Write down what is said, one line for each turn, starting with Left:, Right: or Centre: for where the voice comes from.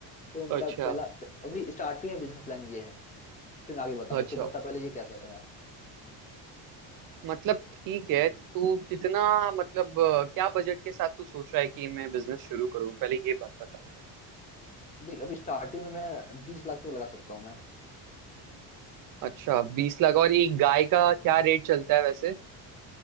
Left: तो
Right: अच्छा
Left: मेरा पहला अभी स्टार्टिंग में बिजनेस प्लान ये है फिर मैं आगे बताऊंगा
Right: अच्छा
Left: तो बता पहले ये कैसा रहा
Right: मतलब ठीक है तू कितना मतलब अ, क्या बजट के साथ तू सोच रहा है कि मैं बिजनेस शुरू करूँ पहले ये बात बता
Left: देख अभी स्टार्टिंग में मैं बीस लाख तक लगा सकता हूँ मैं
Right: अच्छा बीस लाख और एक गाय का क्या रेट चलता है वैसे